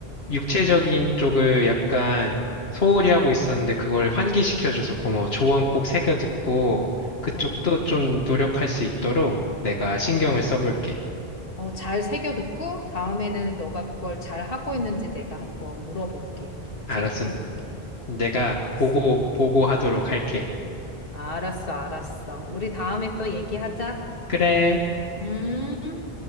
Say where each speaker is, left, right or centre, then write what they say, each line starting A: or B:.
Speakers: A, on the left (about 80°); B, on the left (about 65°).
A: 육체적인 쪽을 약간 소홀히 하고 있었는데 그걸 환기시켜줘서 고마워. 조언 꼭 새겨 듣고 그쪽도
B: 어,
A: 좀 노력할 수 있도록 내가 신경을
B: 어.
A: 써볼게.
B: 어, 잘 새겨 듣고 다음에는 너가 그걸 잘 하고 있는지 내가 한번 물어볼게.
A: 알았어.
B: 체크해 볼게.
A: 내가
B: 알았어.
A: 보고, 보고하도록 할게.
B: 알았어, 알았어. 우리 다음에 또 얘기하자.
A: 그래.
B: 음.